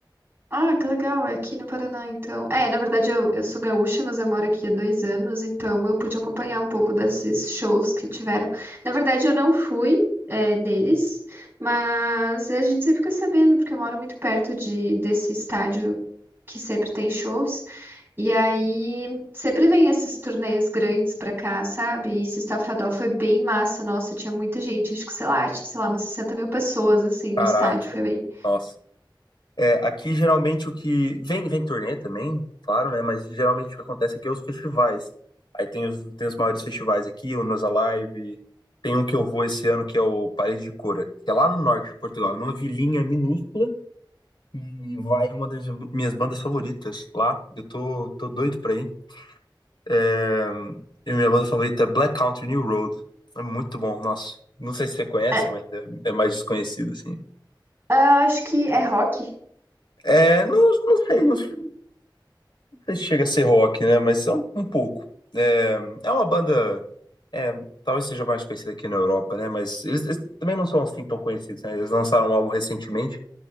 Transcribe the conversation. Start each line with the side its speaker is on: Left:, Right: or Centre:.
Right: Ah, que legal, é aqui no Paraná, então. É, na verdade eu, eu sou gaúcha, mas eu moro aqui há dois anos, então eu pude acompanhar um pouco desses shows que tiveram. Na verdade eu não fui, é, neles, mas a gente sempre fica sabendo, porque eu moro muito perto de, desse estádio que sempre tem shows, e aí sempre vem esses turnês grandes pra cá, sabe? E esse Estafadão foi bem massa, nossa, tinha muita gente, acho que sei lá, tinha, sei lá, umas 60 mil pessoas, assim, no
Left: Caraca,
Right: estádio, foi bem...
Left: nossa. É, aqui geralmente o que. Vem, vem turnê também, claro, né? Mas geralmente o que acontece aqui é os festivais. Aí tem os, tem os maiores festivais aqui, o Nos Alive. Tem um que eu vou esse ano que é o Parede de Cora, que é lá no norte de Portugal, numa vilinha minúscula. E vai uma das minhas bandas favoritas lá. Eu tô, tô doido pra ir. É, e minha banda favorita é Black Country New Road. É muito bom, nossa. Não sei se você conhece,
Right: É,
Left: mas é, é mais desconhecido, assim.
Right: ah, acho que é rock.
Left: É, não, não sei, não, sei se chega a ser rock, né? Mas é um, um pouco. É, é uma banda. É, talvez seja mais conhecida aqui na Europa, né? Mas eles, eles também não são assim tão conhecidos, né? Eles lançaram um álbum recentemente,